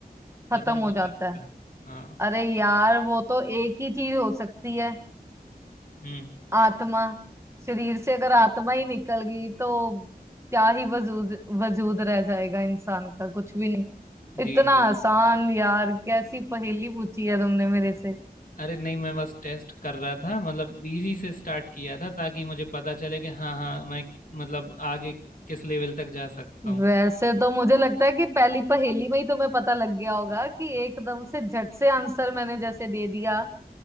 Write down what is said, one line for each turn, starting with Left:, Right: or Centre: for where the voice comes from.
Left: खत्म
Right: खत्म हो
Left: हो
Right: जाता
Left: जाता
Right: है
Left: है हाँ
Right: अरे यार वो तो एक ही चीज हो सकती है
Left: हम्म
Right: आत्मा शरीर से अगर आत्मा ही निकल गई तो क्या ही वजूद वजूद रह जाएगा इंसान का कुछ भी नहीं
Left: जी
Right: इतना
Left: जी
Right: आसान यार कैसी पहेली पूछी है तुमने मेरे से
Left: अरे नहीं मैं बस टेस्ट कर रहा था मतलब इजी से स्टार्ट किया था ताकि मुझे पता चले कि हाँ हाँ मैं मतलब आगे किस लेवल तक जा सकता हूँ
Right: वैसे तो मुझे लगता है कि पहली पहेली में ही तुम्हें पता लग गया होगा कि एकदम से झट से आंसर मैंने जैसे दे दिया